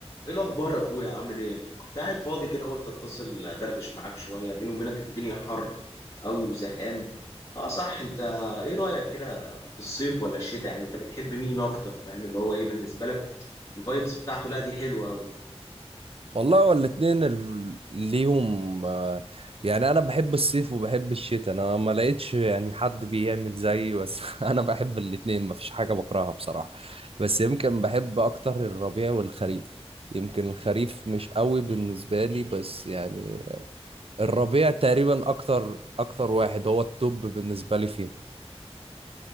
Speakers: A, on the left; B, on the right.
A: ايه الاخبار يا اخويا عامل ايه كنت قاعد فاضي كده قلت اتصل دردش معاك شويه بيني وبينك الدنيا حر قوي وزهقان اه صح انت ايه رايك كده في الصيف ولا الشتاء يعني انت بتحب مين اكتر فاهم اللي هو ايه بالنسبه لك الفايبس بتاعته لا دي حلوه قوي
B: والله هو الاتنين ال- ليهم آه، يعني انا بحب الصيف وبحب الشتاء انا ما لقيتش يعني حد بيعمل زيي بس <laughs> انا بحب الاتنين ما فيش حاجة بكرهها بصراحة بس يمكن بحب اكتر الربيع والخريف يمكن الخريف مش قوي بالنسبة لي بس يعني الربيع تقريبا اكتر اكتر واحد هو التوب بالنسبة لي فيهم